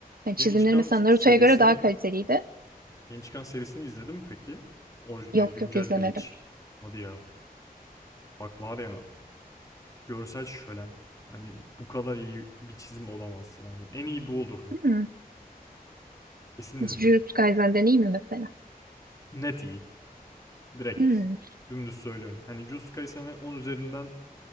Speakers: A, on the right; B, on the left.
A: Yani çizimleri
B: Yeni çıkan
A: mesela Naruto'ya
B: serisini
A: göre daha kaliteliydi.
B: yeni çıkan serisini izledin mi peki? Orijin, yani
A: Yok
B: güncel
A: yok izlemedim.
B: Bleach. Hadi ya. Bak var ya görsel şölen. Hani bu kadar iyi bir çizim olamaz. Yani en iyi bu olurdu.
A: Hmm.
B: Kesin izle.
A: Jujutsu Kaisen'den iyi mi mesela?
B: Net iyi. Direkt.
A: Hmm.
B: Dümdüz söylüyorum. Hani Jujutsu Kaisen'e on üzerinden